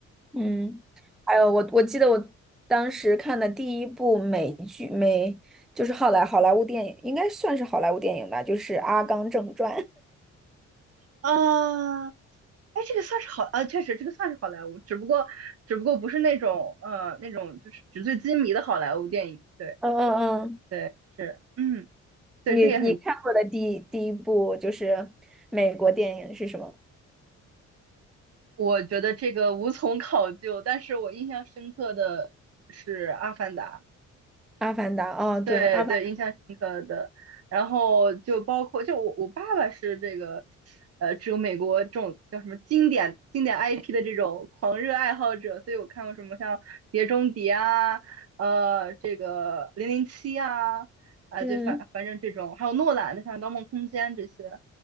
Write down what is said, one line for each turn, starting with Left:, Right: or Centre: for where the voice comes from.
Centre: 嗯，还有我我记得我当时看的第一部美剧美就是好莱好莱坞电影，应该算是好莱坞电影吧，就是《阿甘正传》。
Right: 啊，哎，这个算是好，呃，确实这个算是好莱坞，只不过只不过不是那种呃那种就是纸醉金迷的好莱坞电影。
Centre: <laughs>
Right: 对
Centre: 嗯嗯嗯，
Right: 对是，嗯，对，
Centre: 你你看过的第一第一部就是美国电影是什么？
Right: 这个也很。我觉得这个无从考究，但是我印象深刻的是《阿凡达》，
Centre: 《阿凡达》哦，对，
Right: 对对，
Centre: 《阿凡》
Right: 印象深刻的。然后就包括，就我我爸爸是这个，呃，只有美国这种叫什么经典经典 IP 的这种狂热爱好者，所以我看过什么像《碟中谍》啊，呃，这个《零零七》啊，啊、
Centre: 嗯
Right: 对，反反正这种，还有诺兰的像《盗梦空间》这些，